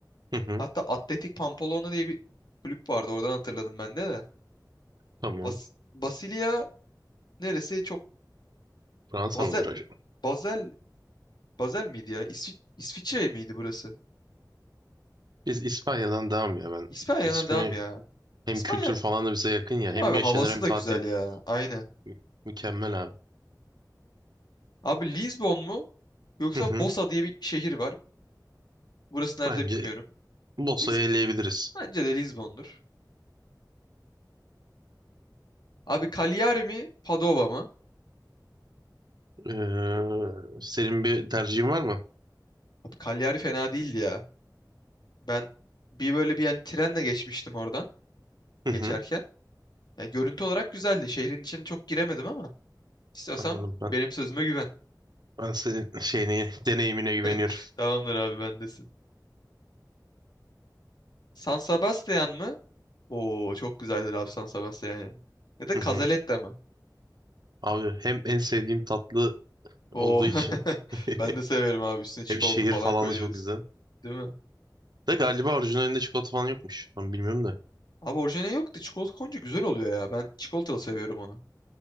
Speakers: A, on the right; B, on the left.
A: Hı hı,
B: Hatta Atletik Pamplona diye bir kulüp vardı. Oradan hatırladım ben de de.
A: tamam.
B: Bas Basilea neresi? Çok
A: Fransa
B: Basel.
A: mıdır acaba?
B: Basel. Basel miydi ya? İsvi İsviçre miydi burası?
A: Biz İspanya'dan devam ya ben.
B: İspanya'dan
A: İsmi
B: devam ya.
A: hem
B: İspanya
A: kültür falan da bize yakın ya.
B: değil
A: Hem
B: mi abi?
A: yaşanır
B: Havası
A: hem
B: da
A: tatil.
B: güzel ya. Aynen.
A: Mü- Mükemmel abi.
B: Abi Lisbon mu? Yoksa
A: Hı hı,
B: Bosa diye bir şehir var. Burası nerede
A: bence
B: bilmiyorum.
A: Bosa'yı
B: Liz
A: eleyebiliriz.
B: Bence de Lizbon'dur. Abi Cagliari mi Padova mı?
A: Ee, senin bir tercihin var mı?
B: Abi Cagliari fena değildi ya. Ben bir böyle bir yani trenle geçmiştim oradan
A: Hı
B: geçerken.
A: hı,
B: Ya görüntü olarak güzeldi. Şehrin içine çok giremedim ama istiyorsan
A: anladım
B: benim
A: ben.
B: sözüme güven.
A: Ben senin şeyine, deneyimine güveniyorum.
B: <laughs> Tamamdır abi bendesin. San Sebastian mı? Oo çok güzeldir abi San Sebastian ya. Ya da
A: Hı hı.
B: Cazaletta mı?
A: Abi hem en sevdiğim tatlı olduğu
B: Oo <laughs>
A: için <laughs>
B: ben de severim abi üstüne çikolata
A: hem şehir
B: falan
A: falan
B: koyuyoruz.
A: da çok güzel.
B: Değil mi?
A: De galiba orijinalinde çikolata falan yokmuş. Tam bilmiyorum da.
B: Abi orijinali yok da çikolata koyunca güzel oluyor ya. Ben çikolatalı seviyorum onu.